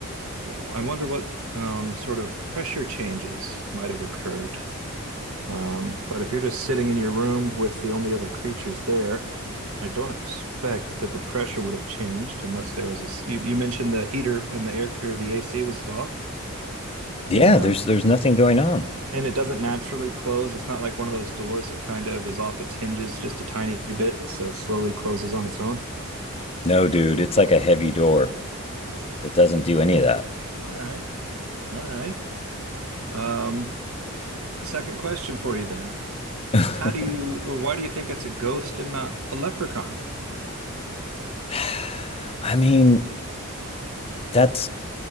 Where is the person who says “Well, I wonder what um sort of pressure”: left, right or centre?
Right